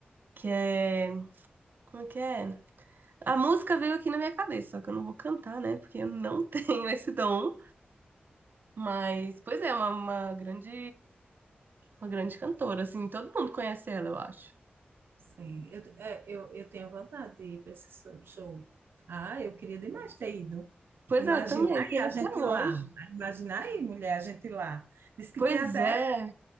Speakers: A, on the right; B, on the right.
A: que é... Como é que é? A música veio aqui na minha cabeça, só que eu não vou cantar, né? Porque eu não <laughs> tenho esse dom. Mas, pois é, uma, uma grande, uma grande cantora, assim, todo mundo conhece ela, eu acho.
B: Sim, eu, é, eu, eu tenho vontade de ir para esse so- show. Ah, eu queria demais ter ido.
A: Pois
B: Imaginar
A: é, eu também,
B: aí
A: pena
B: a gente
A: que é longe.
B: lá. Imaginar aí, mulher, a gente lá. Diz que
A: Pois
B: tinha até,
A: é,